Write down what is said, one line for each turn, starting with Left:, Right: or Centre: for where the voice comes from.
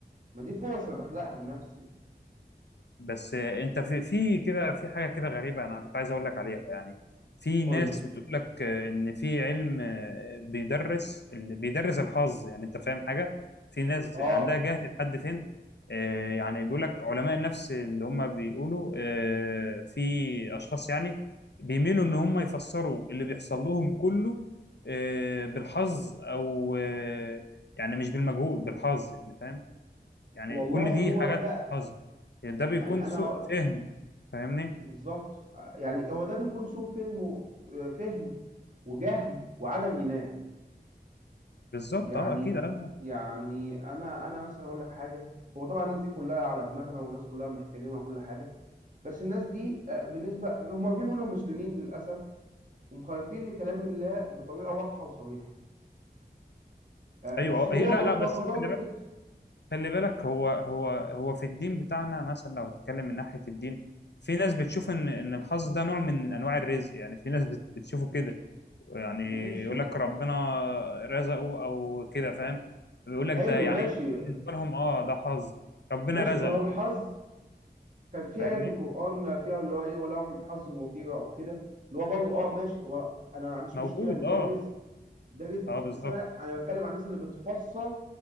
Right: ما دي فرص انا بخلقها لنفسي
Left: بس انت في في كده في حاجه كده غريبه انا كنت عايز اقول لك عليها يعني في
Right: قول
Left: ناس
Right: لي.
Left: بتقول لك ان في علم آه، بيدرس ال- بيدرس الحظ يعني انت فاهم حاجه في ناس
Right: اه
Left: عندها جهل لحد فين آه، يعني بيقول لك علماء النفس اللي هم بيقولوا آه، في اشخاص يعني بيميلوا ان هم يفسروا اللي بيحصل لهم كله آه، بالحظ او آه، يعني مش بالمجهود بالحظ يعني فاهم يعني
Right: والله
Left: كل دي
Right: هو
Left: حاجات
Right: ده
Left: حظ يعني ده بيكون
Right: يعني انا
Left: سوء
Right: هقول-
Left: فهم فاهمني
Right: بالظبط آه، يعني هو ده بيكون سوء فهم و... آه، فهم وجهل وعدم ايمان
Left: بالظبط
Right: يعني
Left: اه اكيد اه
Right: يعني انا انا مثلا هقول لك حاجه هو طبعا الناس دي كلها على دماغنا والناس كلها بنحترمها وكل حاجه بس الناس دي آه، بالنسبة هما في منهم مسلمين للأسف ومخالفين لكلام الله بطريقة واضحة وصريحة آه،
Left: ايوه
Right: بس
Left: اه
Right: هو
Left: هي- لا
Right: معتقداته
Left: لا بس خلي بالك
Right: كده
Left: خلي بالك هو هو هو في الدين بتاعنا مثلا لو هتتكلم من ناحيه الدين في ناس بتشوف ان ان الحظ ده نوع من انواع الرزق يعني في ناس بت- بتشوفه كده يعني
Right: ماشي
Left: يقول لك ربنا رزقه او كده فاهم بيقول لك
Right: حلو
Left: ده يعني
Right: ماشي
Left: بالنسبه لهم اه ده حظ ربنا
Right: ماشي
Left: رزقه
Right: ما هو الحظ كان في
Left: فاهمني
Right: آية في القرآن فيها اللي هو إيه ولهم حظ وفيرة وكده اللي هو برضه أه ماشي هو أنا ما عنديش
Left: موجود
Right: مشكلة اللي ده
Left: اه
Right: رزق ده رزق
Left: اه بالظبط
Right: بس انا انا بتكلم عن الناس اللي بتفسر